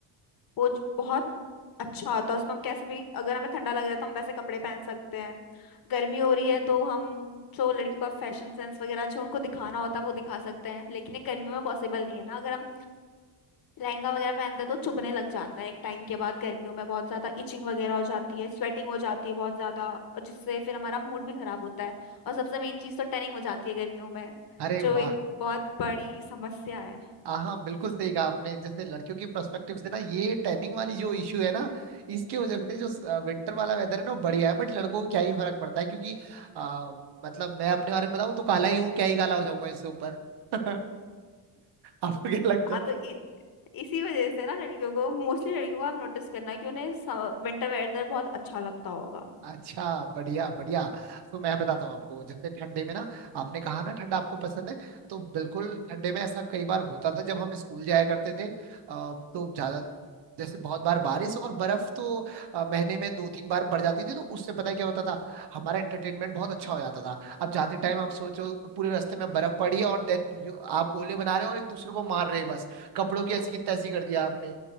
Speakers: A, on the left; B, on the right.
A: वो ज- बहुत अच्छा होता है उसमें हम कैसे भी अगर हमें ठंडा लग रहा है तो हम वैसे कपड़े पहन सकते हैं गर्मी हो रही है तो हम जो लड़कियों का फैशन सेंस वगैरह जो उनको दिखाना होता है वो दिखा सकते हैं लेकिन ये गर्मियों में पॉसिबल नहीं है ना अगर हम लहंगा वगैरह पहनते हैं तो चुभने लग जाता है एक टाइम के बाद गर्मियों में बहुत ज्यादा इचिंग वगैरह हो जाती है स्वेटिंग हो जाती है बहुत ज्यादा और जिससे फिर हमारा मूड भी खराब होता है और सबसे मेन चीज तो टनिंग हो जाती है गर्मियों में
B: अरे
A: जो
B: वाह
A: एक बहुत बड़ी समस्या है
B: आ, हाँ बिल्कुल सही कहा आपने जैसे लड़कियों की पर्सपेक्टिव से ना ये टैनिंग वाली जो इश्यू है ना इसके वजह से जो विंटर वाला वेदर है ना वो बढ़िया है बट लड़कों को क्या ही फर्क पड़ता है क्योंकि आ, मतलब मैं अपने बारे में बताऊं तो काला ही हूँ क्या ही काला हो जाऊंगा इससे ऊपर <laughs> आपको क्या लगता
A: हाँ
B: है
A: तो इ- इसी वजह से ना लड़कियों को मोस्टली लड़कियों को आप नोटिस करना कि उन्हें विंटर वेदर बहुत अच्छा लगता होगा
B: अच्छा बढ़िया बढ़िया तो मैं बताता हूँ आपको जैसे ठंडे में ना आपने कहा ना ठंडा आपको पसंद है तो बिल्कुल ठंडे में ऐसा कई बार होता था जब हम स्कूल जाया करते थे अ, तो ज्यादा जैसे बहुत बार बारिश और बर्फ तो अ, महीने में दो तीन बार पड़ जाती थी तो उससे पता है क्या होता था हमारा एंटरटेनमेंट बहुत अच्छा हो जाता था अब जाते टाइम आप सोचो पूरे रास्ते में बर्फ पड़ी है और देन आप गोले बना रहे हो और एक दूसरे को मार रहे हैं बस कपड़ों की ऐसी की तैसी कर दिया आपने